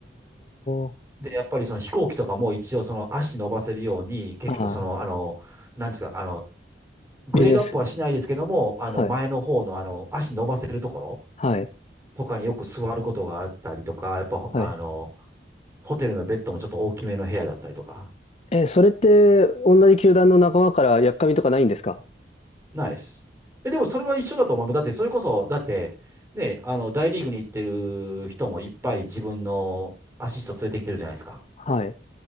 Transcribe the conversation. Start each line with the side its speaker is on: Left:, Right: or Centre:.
Left: ー
Right: で、やっぱりその飛行機とかも一応その足伸ばせるように、結局その、
Left: ああ、
Right: あの、なんていうんですか、あの、グレードアップはしないですけども、
Left: ビジネス。
Right: あの、
Left: はい。
Right: 前の方のあの、足伸ばせるところ、
Left: はい。
Right: とかによく座ることがあったりとか、やっぱあの、
Left: はい。
Right: ホテルのベッドもちょっと大きめの部屋だったりとか。
Left: え、それって、同じ球団の仲間から、やっかみとかないんですか
Right: ないです。え、でもそれは一緒だと思う。だって、それこそ、だって、ね、あの、大リーグに行ってる人もいっぱい自分のアシスト連れてきてるじゃないですか。
Left: はい。